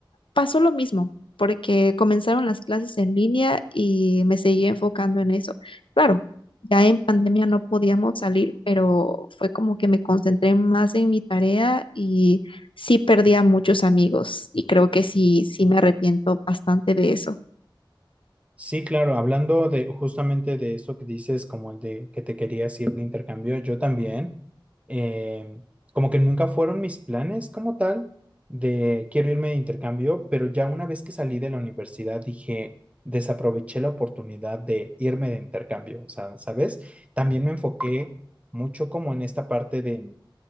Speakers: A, on the left (about 85°); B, on the right (about 15°).
A: pasó lo mismo, porque comenzaron las clases en línea y me seguí enfocando en eso. Claro, ya en pandemia no podíamos salir, pero fue como que me concentré más en mi tarea y sí perdí a muchos amigos y creo que sí, sí me arrepiento bastante de eso.
B: Sí, claro, hablando de justamente de eso que dices, como el de que te querías ir de intercambio, yo también, eh, como que nunca fueron mis planes como tal de quiero irme de intercambio, pero ya una vez que salí de la universidad dije, desaproveché la oportunidad de irme de intercambio, o sea, ¿sabes? También me enfoqué mucho como en esta parte de